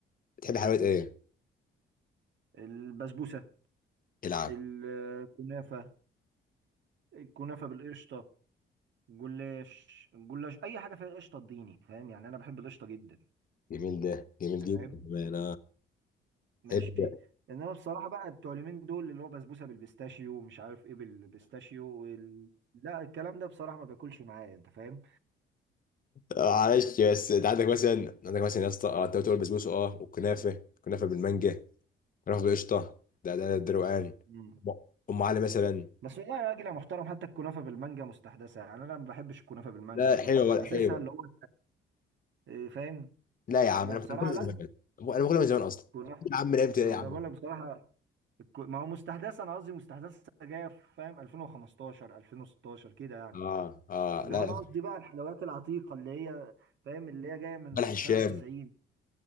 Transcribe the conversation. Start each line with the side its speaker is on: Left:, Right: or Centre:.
Left: بتحب حلويات ايه؟
Right: البسبوسة
Left: العب
Right: الكنافة الكنافة بالقشطة جلاش جلاش أي حاجة فيها قشطة اديني فاهم يعني أنا بحب القشطة جدا
Left: جميل ده جميل جدا
Right: أنت فاهم
Left: كمان
Right: ماشي
Left: ال-
Right: إنما بصراحة بقى بتوع اليومين دول اللي هو بسبوسة بالبيستاشيو ومش عارف إيه بالبيستاشيو وال... لا الكلام ده بصراحة ما بياكلش معايا أنت فاهم
Left: معلش بس انت عندك مثلا عندك مثلا يا اسطى اه انت بتقول بسبوسه اه والكنافه كنافه بالمانجا كنافه بالقشطه ده ده ده روقان
Right: مم.
Left: ام أم علي مثلا
Right: بس والله يا راجل يا محترم حتى الكنافة بالمانجا مستحدثة يعني أنا ما بحبش الكنافة بالمانجا
Left: لا
Right: بصراحة
Left: حلوه ولا
Right: حاسسها
Left: حلوه
Right: اللي هو إيه، فاهم
Left: لا يا
Right: إنما
Left: عم انا
Right: بصراحة
Left: باكلها
Right: لا
Left: من زمان انا باكلها من زمان اصلا
Right: الكنافة
Left: يا عم لعبت ايه
Right: أنا
Left: يا عم
Right: بقول لك بصراحة الك- ما هو مستحدثه انا قصدي مستحدثه جايه في فاهم 2015 2016 كده يعني
Left: اه اه
Right: انما
Left: لا
Right: انا
Left: لا.
Right: قصدي بقى الحلويات العتيقه اللي هي فاهم اللي هي جايه من
Left: بلح الشام
Right: سنه 90